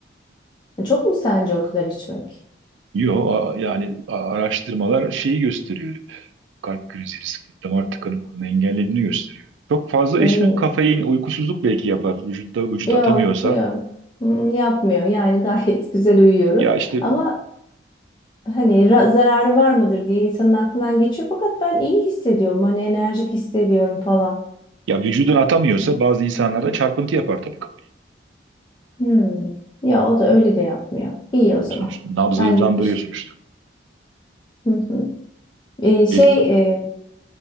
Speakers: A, on the left (about 25°); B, on the right (about 85°).
A: Çok mu sence o kadar içmek?
B: Yo a- yani a- araştırmalar şeyi gösteriyor. Kalp krizi riski, damar tıkanıklığını engellediğini gösteriyor. Çok fazla
A: Ee,
B: içmek kafein, uykusuzluk belki yapar. Vücutta vücut
A: yok
B: atamıyorsa.
A: yok. Mm, Yapmıyor. Yani gayet <laughs> güzel uyuyorum.
B: Ya işte
A: Ama hani ra- zararı var mıdır diye insanın aklından geçiyor. Fakat ben iyi hissediyorum. Hani enerjik hissediyorum falan.
B: Ya vücudun atamıyorsa bazı insanlarda çarpıntı yapar tabii kafayı.
A: Hmm. Ya o da öyle de yapmıyor. İyi o zaman.
B: Sonuçta nabzı
A: Benlik
B: hızlandırıyor
A: bir şey.
B: sonuçta.
A: Hı hı. Ee, şey
B: El,
A: e,